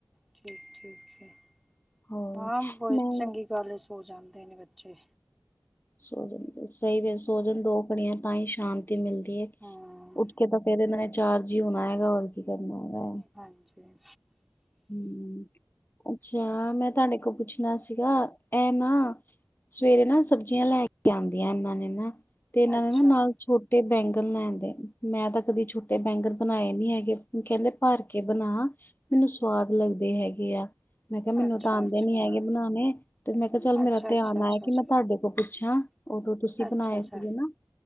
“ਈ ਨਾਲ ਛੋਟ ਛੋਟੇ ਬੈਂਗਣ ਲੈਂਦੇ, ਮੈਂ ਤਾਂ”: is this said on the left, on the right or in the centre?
Left